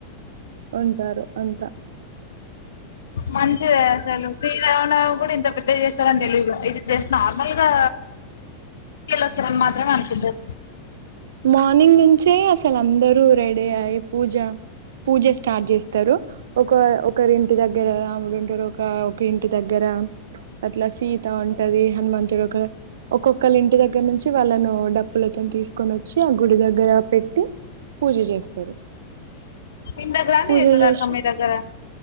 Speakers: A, on the right; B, on the left.
A: ఉంటారు అంత
B: మంచిదే అసలు శ్రీరామనవమి కూడా ఇంత పెద్దగ చేస్తారని తెలియ ఇది జస్ట్ నార్మల్ గా చేస్తారని మాత్రమే అనుకుంటన
A: మ మార్నింగ్ నుంచే అసలు అందరూ రెడీ అయ్ పూజ పూజ స్టార్ట్ చేస్తారు ఒక ఒకరి ఇంటి దగ్గర రాముడు ఉంటాడు ఒక ఒక ఇంటి దగ్గర అట్లా సీత ఉంటది హనుమంతుడు ఒక ఒక్కొక్కల్లింటి ఇంటి దగ్గర నుంచి వాళ్ళను డబ్ప్పులతోతీ క్కొని వచ్చి ఆ గుడి దగ్గర పెట్టి పూజ చేస్తారు
B: ఇంత గ్రాండ్
A: పూజ
B: చేతదా
A: చేసి
B: అక్క మీ దగ్గర